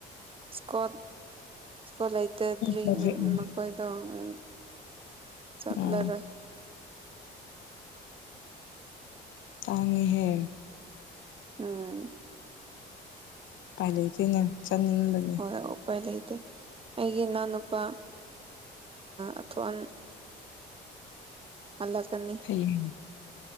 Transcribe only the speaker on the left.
ꯄ꯭ꯔꯣꯖꯦꯛꯅꯤ
ꯎꯝ ꯇꯥꯡꯉꯤꯍꯦ
ꯄꯥꯏ ꯂꯩꯇꯦ ꯅ ꯆꯠꯅꯤꯡꯕꯒꯤ
ꯍꯌꯦꯡ